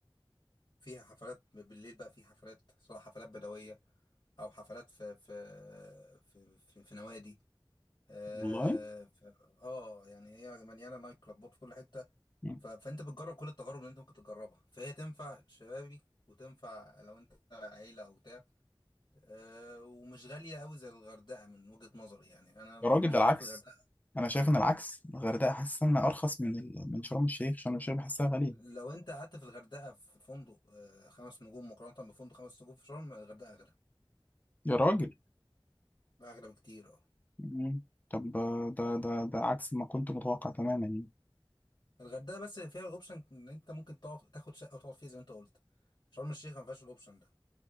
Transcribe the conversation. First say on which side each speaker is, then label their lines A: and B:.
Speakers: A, on the left (about 55°); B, on the left (about 20°).
A: فيها حفلات بالليل بقى في حفلات سواء حفلات بدوية أو حفلات في في في في, في نوادي آه,
B: والله
A: ف... اه يعني هي مليانه نايت كلابات في كل حته
B: مم.
A: ف... فانت بتجرب كل التجارب اللي انت ممكن تجربها فهي تنفع شبابي وتنفع لو انت عيله او بتاع أه ومش غالية أوي زي الغردقة من وجهة نظري يعني أنا مش
B: يا راجل ده
A: شايف
B: العكس
A: الغردقة
B: انا شايف ان العكس الغردقة حاسس انها ارخص من ال... من شرم الشيخ شرم الشيخ بحسها غالية
A: لو أنت قعدت في الغردقة في فندق أه خمس نجوم مقارنة بفندق خمس نجوم في شرم الغردقة أغلى
B: يا راجل
A: أغلى بكتير أه
B: مم. طب آه، ده ده ده عكس ما كنت متوقع تماما يعني
A: الغردقة بس فيها الأوبشن إن أنت ممكن تقعد تاخد شقة وتقعد فيها زي ما أنت قلت شرم الشيخ ما فيهاش الأوبشن ده